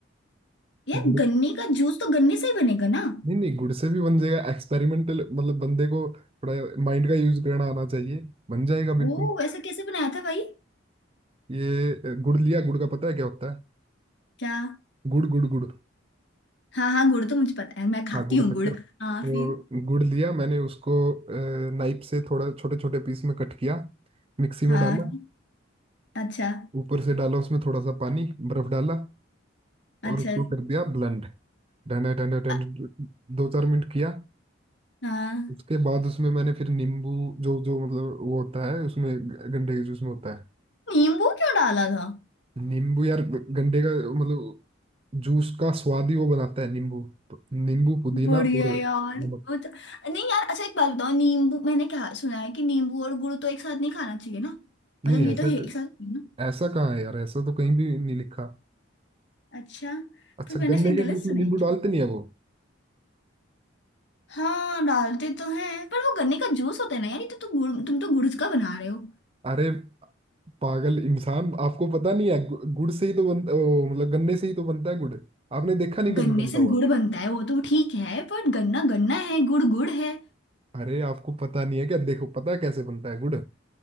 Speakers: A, on the left (about 60°); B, on the right (about 30°).
A: यार
B: गुड़
A: गन्ने का जूस तो गन्ने से ही बनेगा ना
B: नहीं नहीं गुड़ से भी बन जाएगा एक्सपेरिमेंटल मतलब बंदे को थोड़ा माइंड का यूज करना आना चाहिए बन जाएगा बिल्कुल
A: ओ ऐसा कैसे बनाया था भाई
B: ये अ, गुड़ लिया गुड़ का पता है क्या होता है
A: क्या
B: गुड़ गुड़ गुड़
A: हाँ हाँ गुड़ तो मुझे पता है मैं खाती
B: हाँ गुड़
A: हूँ
B: शक्कर
A: गुड़ हाँ
B: तो
A: फिर
B: गुड़ लिया मैंने उसको नाइफ से थोड़ा छोटे छोटे पीस में कट किया मिक्सी में
A: हाँ
B: डाला
A: अच्छा
B: ऊपर से डाला उसमें थोड़ा सा पानी बर्फ डाला
A: अच्छा
B: और उसको कर दिया ब्लेंड डंडे डंडे डंडे
A: अ-
B: दो चार मिनट किया
A: हाँ
B: उसके बाद उसमें मैंने फिर नींबू जो जो मतलब वो होता है उसमें ग- गंडे के जूस में होता है
A: नींबू क्यों डाला था
B: नींबू यार ग- गंडे का मतलब जूस का स्वाद ही वो बनाता है नींबू प- नींबू पुदीना
A: बढ़िया
B: और
A: यार
B: नमक
A: वो तो नहीं यार अच्छा एक बात बताओ नींबू मैंने क्या सुना है कि नींबू और गुड़ तो एक साथ नहीं खाना चाहिए ना
B: नहीं
A: मतलब ये
B: ऐसा
A: तो है एक साथ है ना
B: ऐसा कहाँ है यार ऐसा तो कहीं भी नहीं लिखा
A: अच्छा
B: अच्छा
A: पर मैंने
B: गन्ने
A: फिर
B: के
A: गलत
B: जूस
A: सुना
B: में नींबू
A: है कि
B: डालते नहीं है वो
A: हाँ डालते तो हैं पर वो गन्ने का जूस होता है ना यार ये तो, तो गुड़ तुम तो गुड़ का बना रहे हो
B: अरे पागल इंसान आपको पता नहीं है गु- गुड़ से ही तो बनता ओ, मतलब गन्ने से ही तो बनता है गुड़ आपने देखा नहीं कभी
A: गन्ने
B: बनता
A: से
B: हुआ
A: गुड़ बनता है वो तो ठीक है पर गन्ना गन्ना है गुड़ गुड़ है
B: अरे आपको पता नहीं है क्या देखो पता है कैसे बनता है गुड़